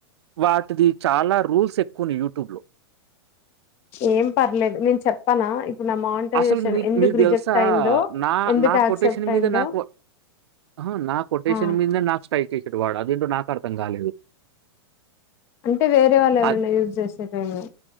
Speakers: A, on the right; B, on the left.
A: వాటి ది చాలా రూల్స్ ఎక్కువని యూట్యూబ్ లో
B: ఏం పర్లేదు నేను చెప్పనా ఇప్పుడు నా మానిటైజేషన్
A: అసలు ని
B: ఎందుకు
A: మీకు తెలుసా
B: రిజెక్ట్ అయిందో
A: నా
B: ఎందుకు
A: నా
B: యాక్సెప్ట్
A: కొటేషన్
B: అయిందో
A: మీద నాకు ఆహా నా కొటేషన్
B: ఆ
A: మీదనే నాకు స్ట్రైక్ ఏసిండు వాడు అదేంటో నాకు అర్థం కాలేదు
B: అంటే వేరే వాళ్ళు ఎవరైనా
A: అద్
B: యూజ్ చేసిర్రేమొ